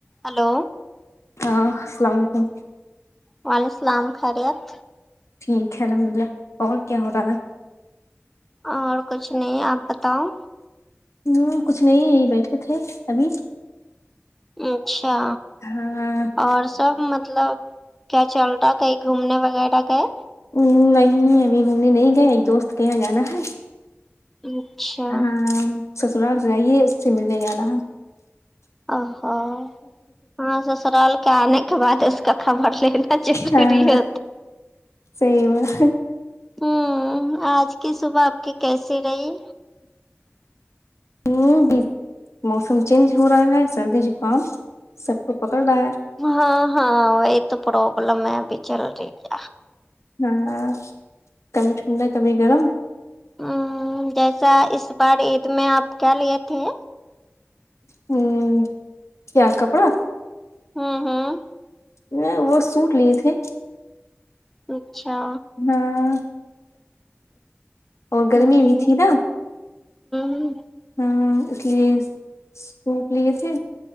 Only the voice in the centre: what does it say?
Hello
وعلیکم السلام خیریت
اور کچھ نہیں آپ بتاؤ
اچھا
اور سب مطلب کیا چل رہا کہی گھومنے وغیرہ گئے
اچھا
آہا ہاں سسرال کے آنے کے بعد اس کا خبر لینا ضروری
ہو
ہے ہوں آج کی صبح آپ کے کیسے رہی
ہاں ہاں وہی تو پروابلم ہے ابھی چل رہی ہے
ہمم جیسا اس بار عید میں آپ کیا لیے تھے
ھمم ھمم
اچھا
جی ہوں
ہوں